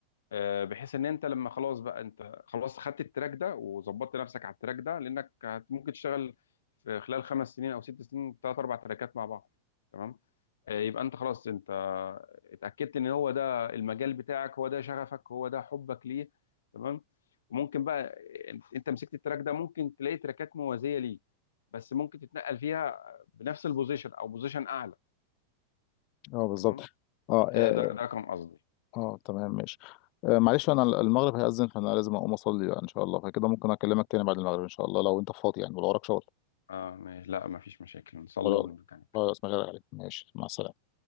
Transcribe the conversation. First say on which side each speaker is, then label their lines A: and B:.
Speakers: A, on the left; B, on the left.
A: آه، بحيث ان انت لما خلاص بقى انت خلاص خدت التراك ده وظبطت نفسك على التراك ده لانك هت- ممكن تشتغل في خلال خمس سنين او ست سنين ثلاث اربع تراكات مع بعض تمام آه، يبقى انت خلاص انت اتاكدت ان هو ده المجال بتاعك هو ده شغفك هو ده حبك ليه تمام وممكن بقى انت أنت مسكت التراك ده ممكن تلاقي تراكات موازيه ليه بس ممكن تتنقل فيها بنفس البوزيشن او بوزيشن اعلى
B: اه بالظبط
A: تمام
B: اه
A: آه،
B: اه,
A: ده ده كان قصدي
B: آه تمام ماشي آه معلش انا المغرب هيأذن فانا لازم اقوم اصلي بقى ان شاء الله فكده ممكن اكلمك تاني بعد المغرب ان شاء الله لو انت فاضي يعني ولو وراك شغل
A: اه ماشي لا مفيش مشاكل نصلي
B: خلاص
A: ونرجع نتكلم
B: خلاص ما عليك ماشي مع السلامة